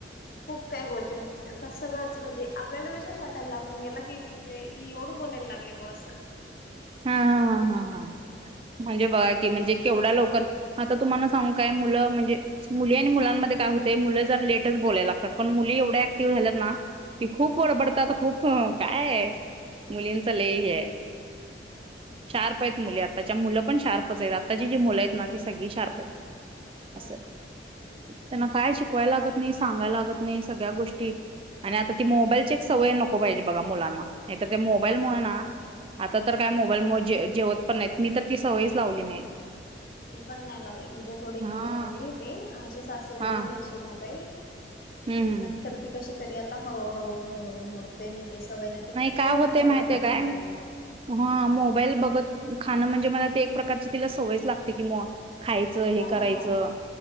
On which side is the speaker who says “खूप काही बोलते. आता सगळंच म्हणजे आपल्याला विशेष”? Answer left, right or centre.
Left